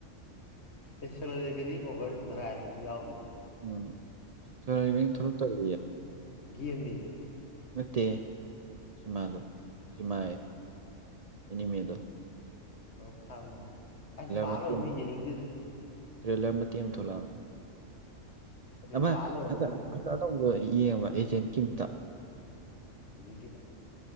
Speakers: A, on the left; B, on the right.
A: ꯑꯦ ꯁꯣꯂꯣꯦꯚꯅꯤꯡ ꯑꯣꯚꯔ ꯗ꯭ꯔꯥꯏꯕꯗꯨ ꯌꯥꯎꯔꯤꯌꯦ
B: ꯎꯝ ꯆꯂ ꯃꯤ ꯊꯂ ꯇꯔꯤ
A: ꯒꯤꯒꯦꯝꯅꯤ
B: ꯅꯠꯇꯦ ꯁꯤꯃꯂꯣ ꯁꯤꯃꯑꯦ ꯏꯅꯤꯃꯦꯗꯣ
A: ꯑꯣ ꯈꯥꯡꯉꯤꯅꯦ ꯑꯁ ꯄꯥꯜꯂꯣꯏꯕꯅꯤ
B: ꯃꯇꯦꯛ ꯑꯃ
A: ꯌꯦꯡꯅꯤꯡꯗꯦꯗ
B: ꯇ꯭ꯔꯦꯂꯔ ꯃꯇꯤ ꯑꯃ ꯊ ꯊꯣꯛꯣꯂꯂꯝ
A: ꯑꯗꯩ
B: ꯑꯃ
A: ꯄꯥ ꯂꯣꯏꯔꯕꯅꯤ
B: ꯍꯟꯗ
A: ꯌꯦꯡꯅꯤꯡꯗꯦꯗ
B: ꯍꯟꯗ ꯑꯅꯧꯕꯗꯣ ꯌꯦꯡꯉꯕ ꯑꯦꯖꯦꯟꯀꯤꯝꯇ
A: ꯑꯦꯖꯒꯤ